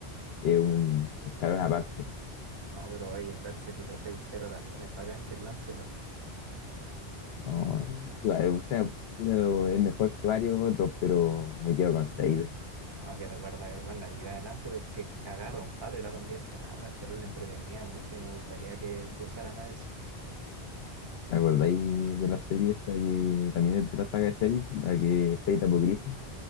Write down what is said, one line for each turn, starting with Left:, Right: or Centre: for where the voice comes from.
Left: es un escalón aparte.
Right: No, pero oye, el Berserk de Fate Zero también es bacán que es Lancelot.
Left: No, igual, o sea, puta, lo- es mejor que varios otros, pero me quedo con Saber.
Right: No, que recuerda que, bueno, la habilidad de Lancelot que agarra un palo y la convierte en arma, es terrible entretenida, bueno, sí, me gustaría que se usara más eso.
Left: ¿Te acordáis de la serie esta que también es de la saga de Fate, la que es Fate Apocrypha?